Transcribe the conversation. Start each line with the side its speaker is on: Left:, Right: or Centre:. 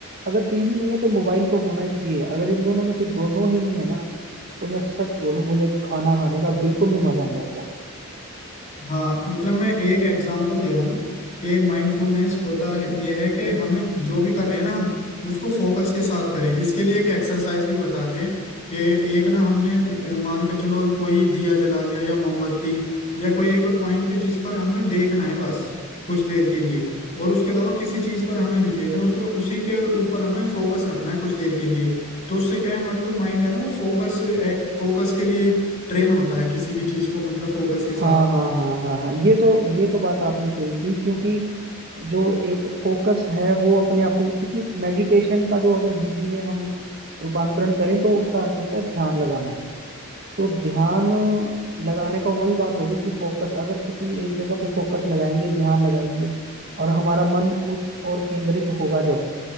Right: अगर टीवी नहीं है तो मोबाइल तो होना ही चाहिए अगर इन दोनों में से दोनों ही नहीं है ना तो मैं सच बोलूं मुझे खाना खाने का बिल्कुल भी मजा नहीं आता
Left: हाँ मतलब मैं एक एग्जांपल दे रहा हूँ कि माइंडफुलनेस होता यह है कि हमें जो भी कर रहे हैं ना हम उसको फोकस के साथ करें इसके लिए एक एक्सरसाइज भी बताते हैं कि एक ना हमने अ, मान के चलो कोई दिया जला लिया या मोमबत्ती या कोई एक पॉइंट जिस पर हमने देखना है बस कुछ देर के लिए और उसके अलावा किसी चीज पर हमें नहीं देखना उसमें उसी के ऊपर हमें फोकस रखना है कुछ देर के लिए तो उससे क्या है हमारा जो माइंड है ना वो फोकस फोकस के लिए ट्रेन होता है किसी भी चीज को मतलब फोकस के साथ
Right: हाँ हाँ हाँ हाँ हाँ ये तो ये तो बात आपने सही की क्योंकि जो एक फोकस है वो अपने आप में क्योंकि मेडिटेशन का जो अगर हिंदी में हम रूपांतरण करें तो उसका अर्थ होता है ध्यान लगाना तो ध्यान लगाने का वही बात होगी कि फोकस अगर किसी एक जगह पे फोकस लगाएंगे ध्यान लगाएंगे और हमारा मन उस ओर केंद्रित होगा जब